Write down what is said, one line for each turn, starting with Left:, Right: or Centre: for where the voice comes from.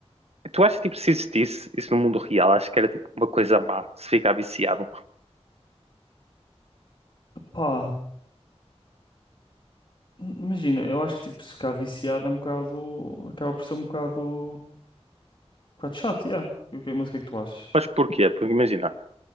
Right: tu achas tipo se existisse isso no mundo real, acho que era tipo uma coisa má, se ficar viciado.
Left: Pá, imagina, eu acho que tipo, ficar viciado é um bocado. Acaba por ser um bocado. Um bocado chato, yeah. E o que- Mas o que é que tu achas?
Right: Mas porquê? Porque imagina,